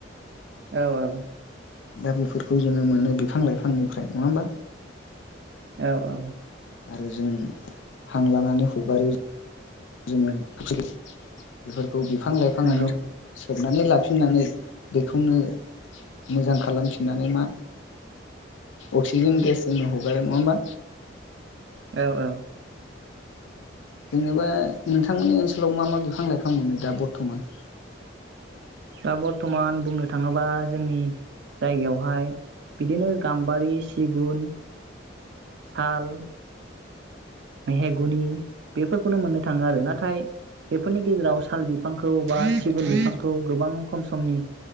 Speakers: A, on the right (about 60°); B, on the left (about 70°).
A: औ औ।
B: दा बेफोरखौ जोङो मोनो बिफां लाइफांनिफ्राय नङा होमबा?
A: औ औ।
B: आरो जों हां लानानै। हगारो। जोङो <unintelligible> खौ बिफां लाइफाङानो
A: नंगौ
B: सोबनानै लाफि फिननानै बेखौनो मोजां खालामफिननानै मा अक्सिजेन गेस जोंनो हगारो नङा होमबा?
A: औ औ।
B: जेनेबा नोंथांमोननि ओनसोलाव मा मा बिफां लाइफां मोनो दा बर्थमान?
A: दा बर बर्थमान बुंनो थाङोबा जोंनि जायगायावहाय बिदिनो गाम्बारि, सिगुन, साल। मेहेगुनि बेफोरखौनो मोननो थाङो। आरो नाथाय बेफोरनि गेजेराव साल बिफांखौ बा सिगुन बिफांखौ गोबां खम समनि